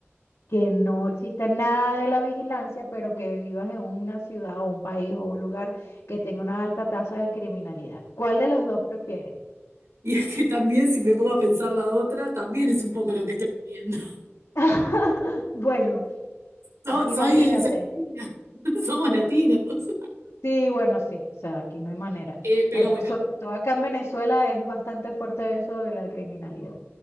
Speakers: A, on the left; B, on the right.
A: que no exista nada de la vigilancia, pero que vivas en una ciudad o un país o un lugar que tenga una alta tasa de criminalidad. ¿Cuál de los dos prefieres?
B: Y es que también, si me pongo a pensar la otra, también es un poco lo que estoy viviendo. <laughs>
A: <laughs> Bueno,
B: So-
A: imagínate.
B: soy, soy latina. <laughs> Somos latinos.
A: Sí, bueno, sí, o sea, aquí no hay manera.
B: Eh, pero
A: Ah, Por
B: bueno,
A: sobre todo acá en Venezuela es bastante fuerte eso de la criminalidad.